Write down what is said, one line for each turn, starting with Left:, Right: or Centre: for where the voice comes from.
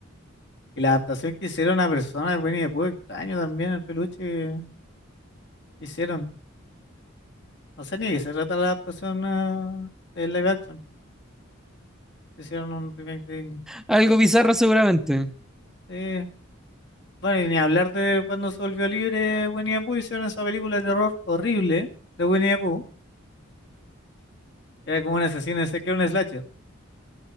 Left: Y la adaptación que hicieron a personas de Winnie the Pooh, extraño también el peluche que hicieron. No sé ni de qué se trata la adaptación a de live action. Hicieron un remake de Disney.
Centre: Algo bizarro seguramente.
Left: Sí. Bueno, y ni hablar de cuando se volvió libre Winnie the Pooh, hicieron esa película de terror horrible de Winnie the Pooh, que era como un asesino, sé que era un slasher.